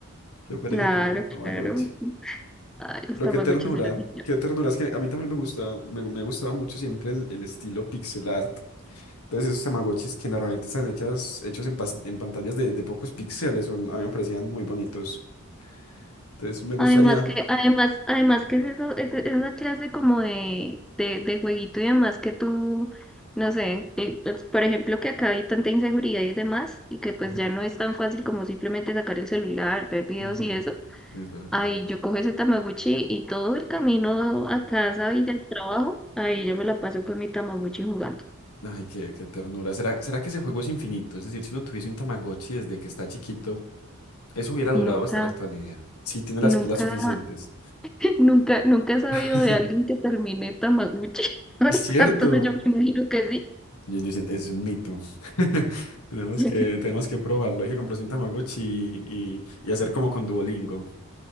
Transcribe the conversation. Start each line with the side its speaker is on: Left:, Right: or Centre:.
Left: Qué pereza
Centre: Claro,
Left: tener un Tamagotchi.
Centre: claro. Ay, los
Left: Pero
Centre: Tamaguchis
Left: qué ternura,
Centre: eran geniales.
Left: qué ternura. Es que a mí también me gusta, me, me ha gustado mucho siempre el, el estilo pixel art. Entonces esos Tamagotchis que normalmente están hechas, hechos en, pas- en pantallas de, de pocos píxeles, son- a mí me parecían muy bonitos. Entonces me gustaría...
Centre: Además que, además, además que es eso, es es esa clase como de, de, de jueguito y demás que tú, no sé, eh, pues, por ejemplo que acá hay tanta inseguridad y demás, y que pues
Left: Ujú,
Centre: ya no es tan fácil como simplemente sacar el celular, ver videos
Left: ujú.
Centre: y eso.
Left: Es verdad.
Centre: Ahí yo cojo ese Tamagotchi y todo el camino a casa y del trabajo, ahí yo me la paso con mi Tamagotchi jugando.
Left: Ay, qué, qué ternura. ¿Será, será que ese juego es infinito? Es decir, si uno tuviese un Tamagotchi desde que está chiquito, eso hubiera durado
Centre: Nunca,
Left: hasta la actualidad. Si tiene las
Centre: nunca,
Left: pilas suficientes.
Centre: <laughs> nunca, nunca he sabido
Left: <laughs>
Centre: de alguien que termine Tamagotchi. <laughs>
Left: ¿Cierto?
Centre: Entonces yo me imagino que
Left: Yo- yo siento- es un mito. <laughs> Tenemos
Centre: sí.
Left: que, tenemos que probarlo. Hay que comprarse un Tamagotchi y, y- y hacer como con Duolingo.